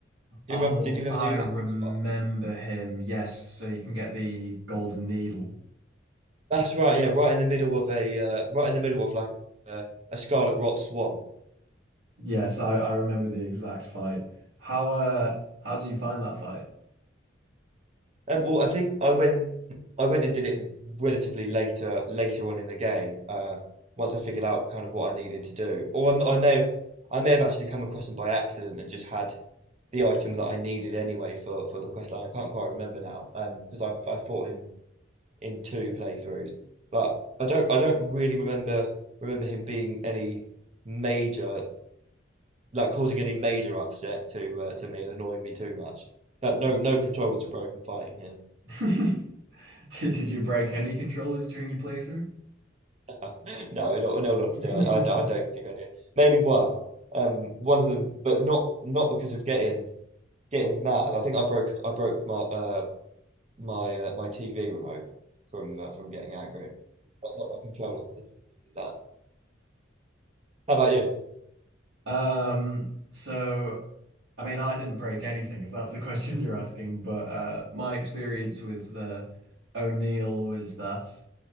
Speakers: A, on the right; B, on the right.
A: Do
B: Oh,
A: you remember? Did you ever
B: I
A: do
B: remember
A: that boss fight?
B: him. Yes, so you can get the golden needle.
A: That's right. Yeah, right in the middle of a uh, right in the middle of like uh, a scarlet rot swamp.
B: Yes, I, I remember the exact fight. How uh how do you find that fight?
A: Um, well, I think I went I went and did it relatively later later on in the game. Uh, once I figured out kind of what I needed to do, or I, I may have I may have actually come across them by accident and just had the item that I needed anyway for for the quest line. I can't quite remember now, um, because I've I fought him in two playthroughs, but I don't I don't really remember remember him being any major like causing any major upset to uh, to me and annoying me too much. That no no controllers were broken fighting him.
B: <laughs> <laughs> Did, did you break any controllers during your playthrough?
A: <laughs> No, in all, in all
B: <laughs>
A: honesty, I, I, I don't think I did. Maybe one, um, one of them, but not not because of getting getting mad. I think I broke I broke my uh my uh, my TV remote from uh, from getting angry, but not my controller because I didn't need that. How about you?
B: Um, so I mean, I didn't break anything, if that's the <laughs> question you're asking, but uh, my experience with uh, O'Neill was that